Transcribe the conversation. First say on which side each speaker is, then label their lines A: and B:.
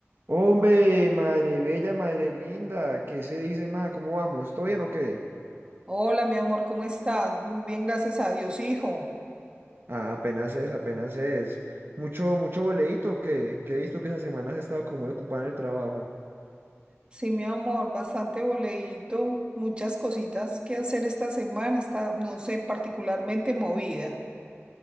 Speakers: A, on the right (about 50°); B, on the right (about 20°).
A: Hombre, madre bella, madre linda, ¿qué se dice más? ¿Cómo vamos? ¿Todo bien o qué?
B: Hola, mi amor, ¿cómo estás? Muy bien, gracias a Dios, hijo.
A: Ah, apenas es, apenas es. Mucho, mucho boleíto que, que he visto que esa semana has estado como muy ocupada en el trabajo.
B: Sí, mi amor, bastante boleíto, muchas cositas que hacer esta semana, está, no sé, particularmente movida.